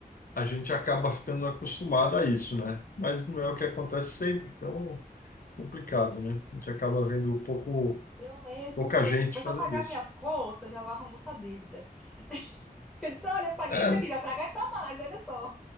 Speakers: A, on the left; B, in the centre.
A: a gente acaba ficando acostumado a isso, né? Mas não é o que acontece sempre, então complicado, né? A gente acaba vendo pouco,
B: Eu mesmo,
A: pouca
B: quando
A: gente
B: eu começar
A: fazendo
B: a pagar
A: isso.
B: minhas contas, já vou arrumar outra dívida. <laughs> Eu disse, olha, eu paguei
A: É,
B: isso
A: né?
B: aqui já para gastar mais, olha só.